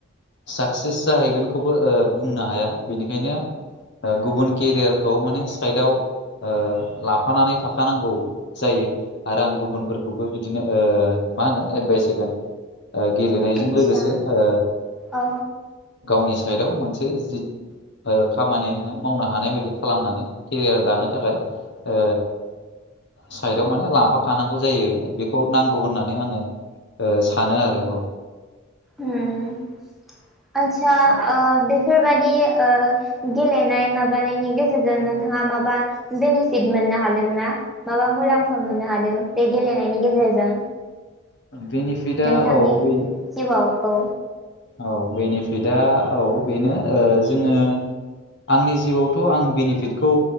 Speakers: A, on the left; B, in the centre.
A: साक्सेस जाहैगोनखौबो ओ बुंनो हाया बेनिखायनो। गुबुन केरियारखौ माने साइदआव ओ लाफानानै थाखानांगौ। जायो आरो आं गुबुनफोरखौबो बिदिनो ओ मा होगोन एडभाइस होगोन। ओ गेलेनायजों
B: आदसा
A: लोगोसे ओ
B: औ
A: गावनि साइडआव मोनसे जि ओ खामानि नोङो मावनो हानाय बायदि खालामनानै केरियार दानो थाखाय ओ साइदआव माने लांफाखानांगौ जायो बेखौ नांगौ होननानै आङो‌ ओ सानो आरो औ।
B: उम आदसा ओ बेफोरबादि ओ गेलेनाय माबानायनि गेजेरजों नोंथाङा माबा बेनिफिट मोननो हादोंना? माबा मुलाम्फा मोननो हादों बे गेलेनायनि गेजेरजों?
A: बेनिफिटआ
B: नोंथांनि
A: औ बेनो
B: जिउआव औ
A: औ बेनिफिटआ औ बेनो ओ जोङो‌ आंनि जिउआवथ' आं बेनिफिटखौ